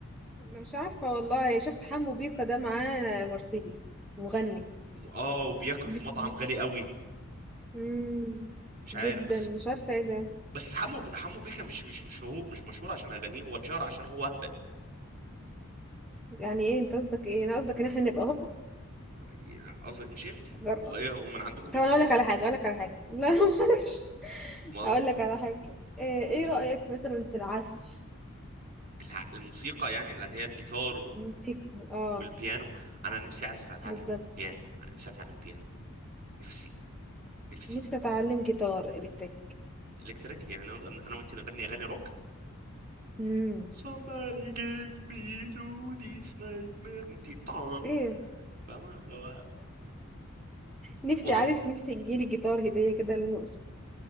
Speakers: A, in the centre; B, on the right.
A: أنا مش عارفة والله شفت حمو بيكا ده معاه مرسيدس مغني
B: اه وبياكل في
A: بت...
B: مطعم غالي قوي
A: مم.
B: مش عارف
A: جدا
B: بس
A: مش عارفة ايه ده
B: بس حمو حمو بيكا مش مش مش هو مش مشهور عشان اغانيه هو اتشهر عشان هو اهبل
A: يعني ايه انت قصدك ايه انا قصدك ان احنا نبقى
B: يعني قصدي مش انتي
A: هوب
B: هو ايه هو من عندكم
A: طب
B: من السويس
A: انا اقول لك على حاجه اقول لك على حاجه <laughs> لا ما اعرفش
B: امال
A: اقول لك على حاجه آه، ايه
B: قولي.
A: رايك مثلا في العزف
B: الع- الموسيقى يعني اللي هي الجيتار وال-
A: الموسيقى اه
B: والبيانو انا نفسي اعزف اتعلم
A: بالظبط
B: بيانو انا نفسي اتعلم بيانو نفسي نفسي
A: نفسي اتعلم جيتار الكتريك
B: الكتريك يعني انا أنا وانت نغني اغاني روك
A: امم
B: somebody give me to this nightmare وانتي طعن
A: ايه
B: فاهمة اللي هو
A: نفسي
B: والله
A: عارف نفسي يجيلي جيتار هديه كده لونه اسود